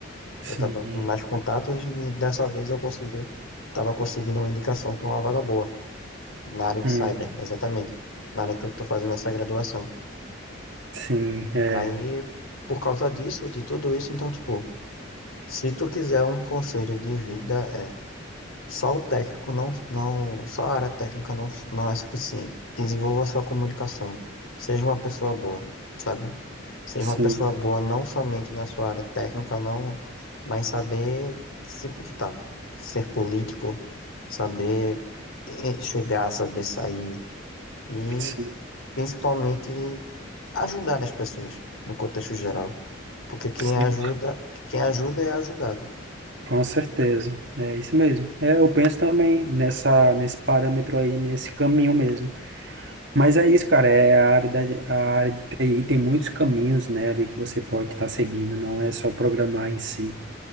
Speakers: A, on the right; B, on the left.
A: Sim.
B: Eu tava com mais contatos e dessa vez eu consegui, tava conseguindo uma indicação para uma vaga boa, na área de
A: Hum,
B: cyber, exatamente, na área que eu tô fazendo essa graduação.
A: Sim, é.
B: Aí, por causa disso, de tudo isso, então, tipo, se tu quiser um conselho de vida, é, Só o técnico não, não, só a área técnica não, não é suficiente. Desenvolva sua comunicação. Seja uma pessoa boa, sabe? Seja
A: Sim,
B: uma pessoa boa não somente na sua área técnica, não, mas saber se comportar, ser político, saber eh, chegar, saber sair e
A: sim,
B: principalmente ajudar as pessoas no contexto geral. Porque quem
A: sim.
B: ajuda, quem ajuda é ajudado.
A: Com certeza. É isso mesmo. É, eu penso também nessa, nesse parâmetro aí, nesse caminho mesmo. Mas é isso, cara. É a área da, a área de TI tem muitos caminhos, né, ali que você pode estar seguindo, não é só programar em si.